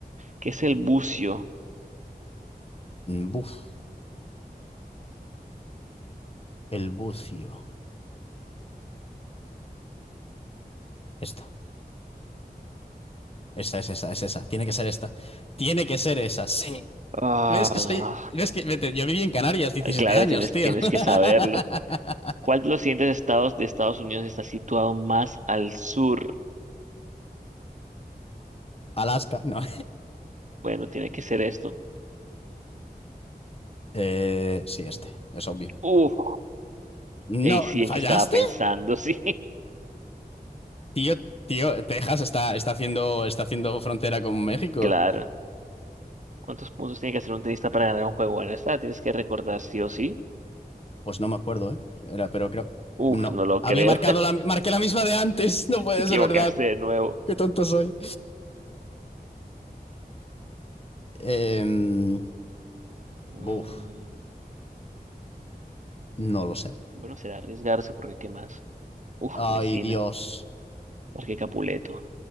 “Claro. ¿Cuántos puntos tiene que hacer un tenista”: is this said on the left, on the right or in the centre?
Right